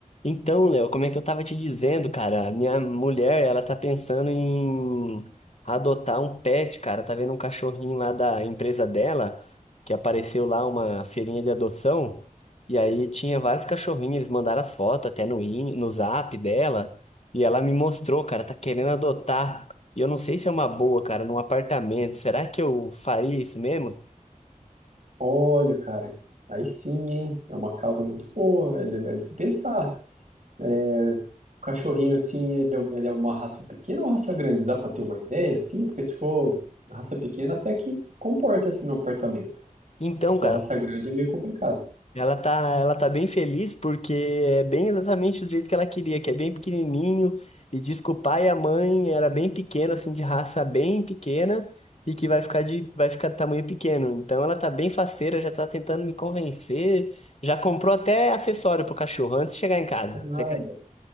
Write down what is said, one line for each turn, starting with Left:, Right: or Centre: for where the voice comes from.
Left: Então, Léo, como é que eu tava te dizendo, cara? A Minha mulher, ela tá pensando em adotar um pet, cara. Tá vendo um cachorrinho lá da empresa dela, que apareceu lá uma feirinha de adoção. E aí tinha vários cachorrinhos, eles mandaram as fotos até no, in- no zap dela. E ela me mostrou, cara, tá querendo adotar. E eu não sei se é uma boa, cara, num apartamento. Será que eu faria isso mesmo?
Right: Olha, cara, aí sim, hein? É uma causa muito boa, é de é de se pensar. É, o cachorrinho, assim, ele, é um, ele é uma raça pequena ou raça grande? Dá pra ter uma ideia, assim? Porque se for raça pequena, até que comporta, assim, no apartamento.
Left: Então,
Right: Mas se for
Left: cara,
Right: raça grande, é meio complicado.
Left: Ela tá, ela tá bem feliz porque é bem exatamente do jeito que ela queria, que é bem pequenininho e diz que o pai e a mãe era bem pequeno, assim, de raça bem pequena e que vai ficar de, vai ficar de tamanho pequeno. Então ela tá bem faceira, já tá tentando me convencer, já comprou até acessório pro cachorro antes de chegar em casa.
Right: É nada.
Left: Você